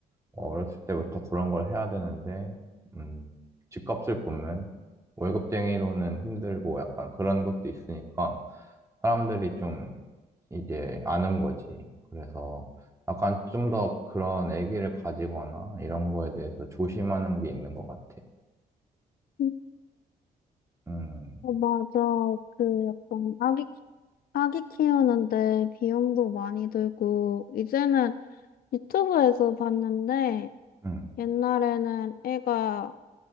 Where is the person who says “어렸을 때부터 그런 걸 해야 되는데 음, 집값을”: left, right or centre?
Right